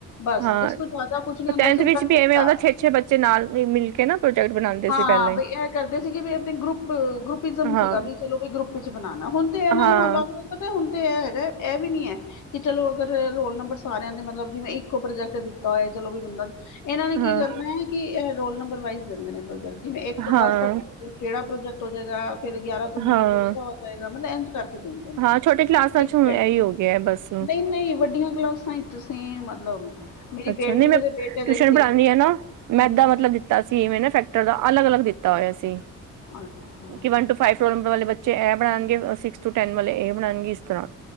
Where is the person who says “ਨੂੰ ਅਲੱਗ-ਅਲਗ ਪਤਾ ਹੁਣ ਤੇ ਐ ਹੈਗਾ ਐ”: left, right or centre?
Left